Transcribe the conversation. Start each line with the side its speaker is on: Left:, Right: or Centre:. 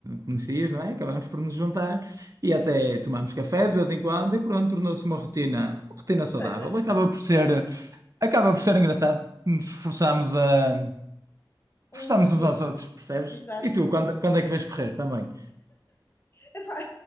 Right: conhecias, não é? Acabámos por nos juntar e até tomámos café de vez em quando, e pronto, tornou-se uma rotina, rotina
Left: Ou
Right: saudável.
Left: seja,
Right: Acaba por ser.
Left: é um-
Right: Acaba por ser engraçado, nos forçamos a
Left: uns
Right: forçamos
Left: aos
Right: uns
Left: outros.
Right: aos outros, percebes?
Left: Exato.
Right: E tu, quando, quando é que vais correr também?
Left: Epá,